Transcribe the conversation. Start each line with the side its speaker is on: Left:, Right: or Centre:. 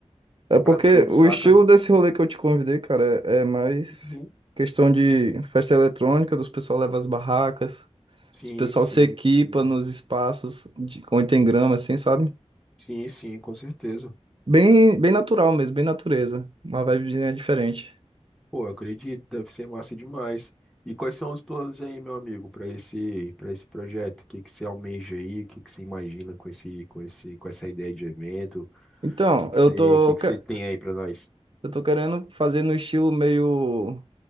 Right: É porque
Centre: pra tudo,
Right: o
Centre: saca?
Right: estilo desse rolê que eu te convidei, cara, é, é mais
Centre: Uhum.
Right: questão de festa eletrônica, dos pessoal leva as barracas,
Centre: Sim,
Right: os pessoal
Centre: sim,
Right: se equipa
Centre: sim,
Right: nos espaços de, onde tem grama, assim, sabe?
Centre: sim, sim, com certeza.
Right: Bem, bem natural mesmo, bem natureza, uma vibezinha diferente.
Centre: Pô, eu acredito, deve ser massa demais. E quais são os planos aí, meu amigo, pra esse, para esse projeto? O que que você almeja aí? O que que você imagina com esse, com esse, com essa ideia de evento? O
Right: Então,
Centre: que que
Right: eu
Centre: você,
Right: tô,
Centre: o que que
Right: que-
Centre: você tem aí pra nós?
Right: eu tô querendo fazer no estilo meio